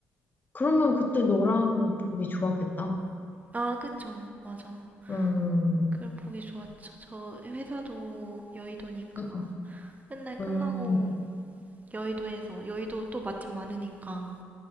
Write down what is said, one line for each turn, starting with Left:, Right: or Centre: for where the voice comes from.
Left: 그러면 그때 너랑 보기 좋았겠다.
Right: 아 그쵸 맞아
Left: 응응
Right: 그걸 보기 좋았죠 저 회사도 여의도니까
Left: 음, 음.
Right: 맨날 끝나고
Left: 음,
Right: 여의도에서 여의도 또 맛집 많으니까